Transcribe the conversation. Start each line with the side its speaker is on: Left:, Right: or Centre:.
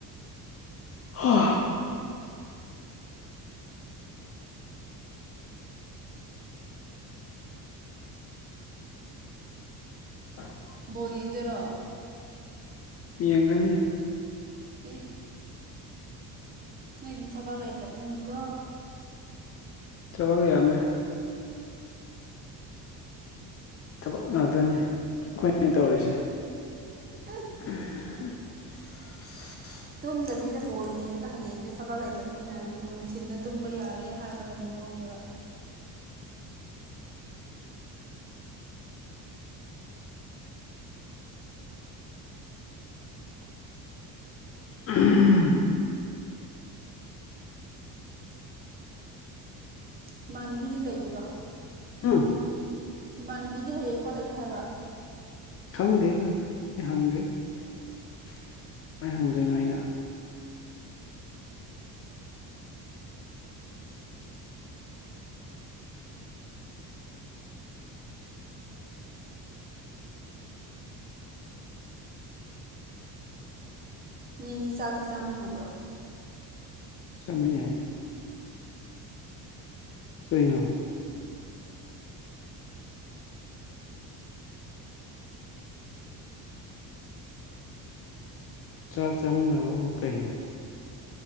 Left: ꯍꯥ <inaudible>
Right: ꯕꯣꯜ ꯌꯦꯡꯗꯣꯏꯔꯣ
Left: ꯌꯦꯡꯒꯅꯤ
Right: ꯑꯦ ꯅꯣꯏꯗꯤ ꯊꯕꯛ ꯂꯩꯇꯕꯅꯤꯅꯀꯣ
Left: ꯊꯕꯛ ꯌꯥꯝꯃꯦ ꯊꯕꯛ ꯉꯥꯛꯇꯅꯤ ꯑꯩꯈꯣꯏꯅ ꯇꯧꯔꯤꯁꯦ
Right: ꯎꯝ
Left: <unintelligible>
Right: ꯇꯨꯝꯗꯕꯤꯗ ꯕꯣꯜ ꯌꯦꯡꯉꯒ ꯍꯌꯦꯡꯁꯦ ꯊꯕꯛ ꯂꯩꯇꯕꯅꯤꯅ ꯅꯨꯡꯊꯤꯟꯗ ꯇꯨꯝꯕ ꯌꯥꯔꯦ ꯍꯥꯏꯕ ꯃꯑꯣꯡꯅꯦꯕ
Left: ꯎꯝ
Right: ꯏꯃꯥꯟꯅꯕꯤꯗꯤ ꯂꯩꯕ꯭ꯔꯣ
Left: ꯎꯝ
Right: ꯏꯃꯥꯟꯅꯕꯤꯗꯤ ꯍꯌꯦꯡ ꯐꯧ ꯂꯩꯅꯤ ꯍꯥꯏꯕ꯭ꯔ
Left: ꯈꯪꯗꯦꯗ ꯑꯩ ꯍꯪꯗꯦ ꯀꯃꯥꯏ ꯍꯪꯗꯣꯏꯅꯣ ꯑꯩꯅ
Right: ꯅꯣꯏꯅꯤ ꯆꯥꯛꯇꯤ ꯆꯥꯃꯤꯟꯅꯕ꯭ꯔꯣ
Left: ꯆꯥꯃꯤꯟꯅꯩꯌꯦ ꯀꯩꯅꯣ ꯆꯥꯛ ꯆꯥꯃꯤꯟꯅꯕꯔꯕꯨ ꯀꯩꯅꯣ